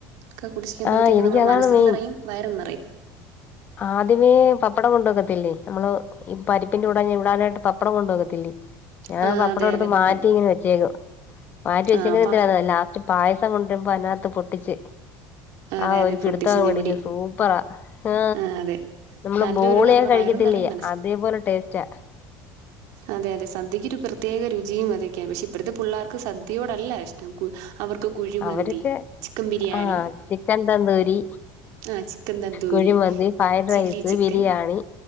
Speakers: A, on the right (about 65°); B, on the left (about 30°).
A: ഒക്കെ കുടിച്ചിക്കുമ്പോഴത്തേക്ക്
B: ആഹ് എനിക്കതാണ്
A: നമ്മുടെ മനസും
B: മെയിൻ
A: നിറയും വയറും നിറയും
B: ആദ്യമേ പപ്പടം കൊണ്ടുവക്കത്തില്ലേ നമ്മള് ഈ പരിപ്പിന്റെ കൂടെ ചുടാനായിട്ട് പപ്പടം കൊണ്ട് വെക്കത്തില്ലെ? ഞാൻ
A: ആ
B: പപ്പടം
A: അതെ
B: എടുത്ത്
A: അതെ
B: മാറ്റിയിങ്ങനെ
A: പപ്പടം
B: വെച്ചേക്കും മാറ്റി വെച്ചേക്ക്ന്നെന്തിനന്നാറിയൊ
A: ആ അപ്പാ
B: ലാസ്റ്റ് പായസം കൊണ്ടൊരുമ്പോ അതിനകത്ത് പൊട്ടിച്ച്
A: അതെ
B: ആഹ്
A: അതെ
B: ഒരു പിടുത്തങ്ങ്
A: പൊട്ടിച്ച് ഞാൻ
B: പിടിക്കും
A: പിടി
B: സൂപ്പറാ ആഹാ
A: ആ അതെ
B: നമ്മള്
A: നല്ലൊരു
B: ബോളിയൊക്കെ
A: നമ്മുടെ
B: കഴിക്കത്തില്ലെ?
A: വയറും നിറയും മനസ്സും
B: അതെപോലെ ടേസ്റ്റാ
A: അതെ അതെ സദ്യക്കൊരു പ്രത്യേക രുചിയും അതൊക്കെയാ പക്ഷെ ഇപ്പൊഴത്തെ പുള്ളാർക്ക് സദ്യയോടല്ല ഇഷ്ടം കു അവർക്ക് കുഴിമന്തി,
B: അവരൊക്കെ
A: ചിക്കം ബിരിയാണി
B: ആഹ് ചിക്കൻ തന്തൂരി,
A: ആഹ് chicken tandoori
B: kuzhimanthi, fried
A: chilli
B: rice,
A: chicken
B: biryani